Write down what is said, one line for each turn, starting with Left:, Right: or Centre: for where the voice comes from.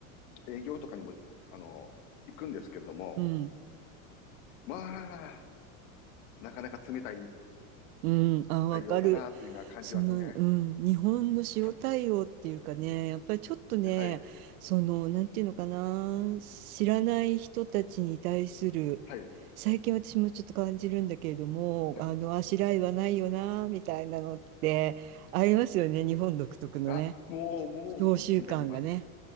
Left: 営業とかにも、あの行くんですけども、
Right: うん。
Left: まあ、なかなか冷たい
Right: うん、あ、わかる。
Left: 対応だなっていうのは感じますね。
Right: その、うん、日本の塩対応っていうかね、
Left: か
Right: やっぱりちょっとね、
Left: はい、
Right: その、なんていうのかな、知らない人たちに対する、
Left: はい。
Right: 最近私もちょっと感じるんだけれども、
Left: はい
Right: あの、あしらいはないよな、みたいなのって、ありますよね、日本独特のね、
Left: あ、もう、もう、
Right: 召集感がね。
Left: 本当にあります。